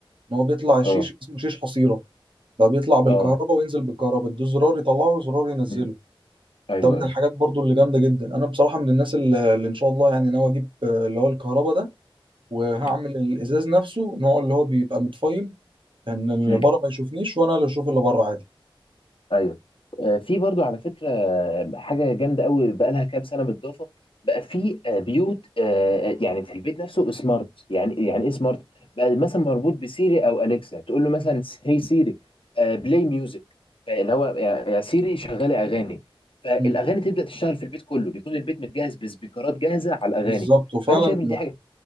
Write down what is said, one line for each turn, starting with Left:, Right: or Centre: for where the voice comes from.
Right: ان هو بيطلع الشيش
Left: اه
Right: اسمه شيش حصيره بقى بيطلع بالكهرباء
Left: اه
Right: وينزل بالكهرباء ده زرار يطلعه وزرار ينزله
Left: مم. ايوه
Right: ده من
Left: ايوه
Right: الحاجات برضو اللي جامده جدا انا بصراحه من الناس اللي, اللي ان شاء الله يعني ناوي اجيب آه، اللي هو الكهرباء ده وهعمل
Left: مم.
Right: الازاز نفسه نوع اللي هو بيبقى متفايم ان يعني اللي
Left: مم.
Right: بره ما يشوفنيش وانا اللي اشوف اللي بره عادي
Left: ايوه آه، في برضو على فكره آه، حاجه جامده قوي بقى لها كام سنه متضافه بقى في آه، بيوت آه، آه، يعني في البيت نفسه سمارت يعني يعني ايه سمارت بقى مثلا مربوط بسيري او اليكسا تقول له مثلا هي سيري بلاي ميوزك اللي هو يا يا سيري شغلي اغاني فالاغاني
Right: مم.
Left: تبدا تشتغل في البيت كله بيكون البيت متجهز بسبيكرات جاهزه على الاغاني
Right: بالظبط وفعلا
Left: فانا شايف ان دي حاجه